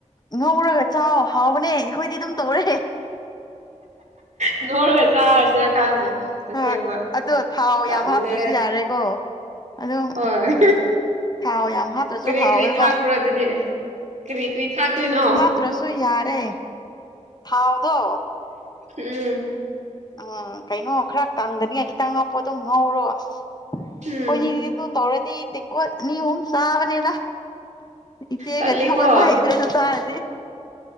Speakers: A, on the left (about 30°); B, on the right (about 70°).
A: ꯉꯧꯔꯒ ꯆꯥꯎ ꯍꯥꯎꯕꯅꯦ ꯑꯩꯈꯣꯏꯗꯤ ꯑꯗꯨꯝ ꯇꯧꯔꯦ
B: ꯉꯧꯔꯒ ꯆꯥꯔꯁꯤꯅ ꯈꯪꯗꯦ ꯑꯁꯦꯡꯕ
A: ꯍꯣꯏ ꯑꯗꯣ ꯊꯥꯎ
B: ꯇꯜꯂꯦ
A: ꯌꯥꯝ ꯍꯥꯞꯇ꯭ꯔꯁꯨ ꯌꯥꯔꯦꯀꯣ ꯑꯗꯨꯝ
B: ꯍꯣꯏ
A: ꯊꯥꯎ ꯌꯥꯝ ꯍꯥꯞꯇ꯭ꯔꯁꯨ
B: ꯀꯔꯤ
A: ꯍꯥꯎꯋꯦꯕ
B: ꯀꯔꯤ ꯊꯥꯛꯄ꯭ꯔꯣ ꯑꯗꯨꯗꯤ ꯀꯔꯤ ꯀꯔꯤ ꯊꯥꯛꯇꯣꯏꯅꯣ
A: ꯆꯠꯇ꯭ꯔꯁꯨ ꯌꯥꯔꯦ ꯊꯥꯎꯗꯣ
B: ꯎꯝ
A: ꯎꯝ ꯀꯩꯅꯣ ꯈꯔ ꯀꯪꯗꯅꯤ ꯈꯤꯇꯪ ꯍꯥꯞꯄꯣ ꯑꯗꯨꯝ ꯉꯧꯔꯣ ꯑꯩꯈꯣꯏꯅꯤꯗꯤ
B: ꯎꯝ
A: ꯑꯗꯨ ꯇꯧꯔꯗꯤ ꯇꯦꯡꯀꯣꯜ ꯑꯅꯤ ꯑꯍꯨꯝ ꯆꯥꯕꯅꯤꯗ ꯏꯆꯦꯒꯗꯤ
B: ꯇꯜꯂꯦꯀꯣ
A: ꯍꯧꯒꯠꯄ ꯍꯩꯗ꯭ꯔꯦ ꯑꯗꯨꯆꯥꯔꯗꯤ